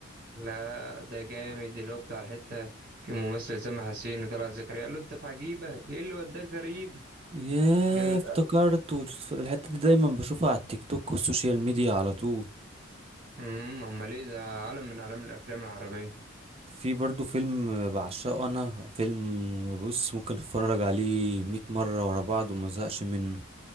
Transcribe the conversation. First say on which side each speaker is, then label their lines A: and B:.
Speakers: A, on the right; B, on the right.
A: لا ده جامد اللي هو بتاع الحتة في ممثل سامح حسين وطلعت زكريا قال له أنت في عجيبة إيه اللي وداك غريبة
B: ياه
A: جامد
B: افتكرت
A: أوي
B: وت- الحتة دي دايما بشوفها على التيك توك والسوشيال ميديا على طول
A: أمم أمال إيه ده عالم من أعلام الأفلام العربية
B: في برضو فيلم بعشقه انا فيلم بص ممكن اتفرج عليه مية مرة ورا بعض وما زهقش منه